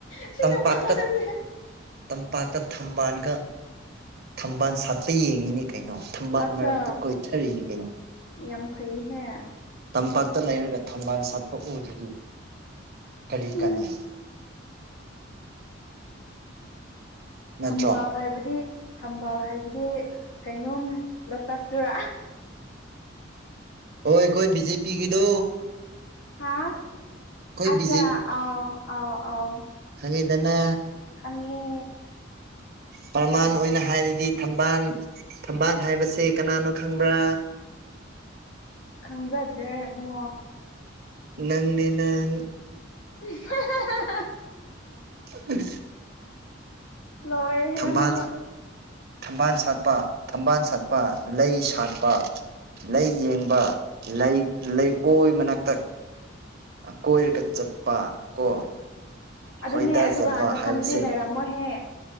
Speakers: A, on the left (about 85°); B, on the right (about 55°).
A: ꯁꯤ
B: ꯇꯝꯄꯥꯛꯇ
A: ꯅꯨꯄꯥꯖꯦ
B: ꯇꯝꯄꯥꯛꯇ ꯊꯝꯕꯥꯜꯒ ꯊꯝꯕꯥꯜ ꯁꯥꯠꯄ ꯌꯦꯡꯉꯤꯅꯦ ꯀꯩꯅꯣ ꯊꯝꯕꯥꯜ
A: ꯑꯠꯆꯥ
B: ꯃꯔꯛꯇ ꯀꯣꯏꯊꯔꯤꯅꯦ ꯀꯩꯅꯣ
A: ꯌꯥꯝ ꯐꯩꯍꯦꯛ
B: ꯇꯝꯄꯥꯛꯇ ꯂꯩꯔꯒ ꯊꯝꯕꯥꯜ ꯁꯥꯠꯄ ꯎꯗ꯭ꯔꯗꯤ ꯀꯔꯤ
A: ꯎꯝ
B: ꯀꯥꯟꯅꯩ ꯅꯠꯇ꯭ꯔꯣ
A: ꯊꯝꯕ ꯍꯥꯏꯕꯗꯤ ꯊꯝꯕ ꯍꯥꯏꯕꯗꯤ ꯀꯩꯅꯣꯝ ꯂꯣꯇꯁꯇꯔ
B: ꯍꯣꯏ ꯑꯩꯈꯣꯏ ꯕꯤ ꯖꯦ ꯄꯤ ꯒꯤꯗꯣ
A: ꯍꯥꯥ ꯑꯆꯥꯥ
B: ꯕꯤ
A: ꯑꯥꯎ ꯑꯥꯎ ꯑꯥꯎ
B: ꯈꯪꯉꯗꯅ
A: ꯈꯪꯉꯦ
B: ꯄꯔꯃꯥꯟ ꯑꯣꯏꯅ ꯍꯥꯏꯔꯗꯤ ꯊꯝꯕꯥꯜ ꯊꯝꯕꯥꯜ ꯍꯥꯏꯕꯁꯦ ꯀꯅꯥꯅꯣ ꯈꯪꯕ꯭ꯔꯥ
A: ꯈꯪꯖꯗ꯭ꯔꯦꯕꯨꯡꯉꯣ
B: ꯅꯪꯅꯤꯅꯪ
A: <unintelligible>
B: ꯎ
A: ꯂꯣꯏꯔꯦ ꯍꯦ
B: ꯊꯝꯕꯥꯜ
A: ꯅꯪꯁꯨ
B: ꯊꯝꯕꯥꯜ ꯁꯥꯠꯄ ꯊꯝꯕꯥꯜ ꯁꯥꯠꯄ ꯂꯩ ꯁꯥꯠꯄ ꯂꯩ ꯌꯦꯡꯕ ꯂꯩ ꯂꯩꯀꯣꯏ ꯃꯅꯥꯛꯇꯛ ꯀꯣꯏꯔꯒ ꯆꯠꯄ ꯀꯣ
A: ꯑꯗꯨꯅꯦ
B: ꯈꯣꯏꯗꯥꯖꯕ
A: ꯑꯗꯨꯒ ꯅꯊꯟꯗꯗꯤ
B: ꯍꯥꯏꯕꯁꯦ
A: ꯂꯩꯔꯝꯃꯣꯍꯦ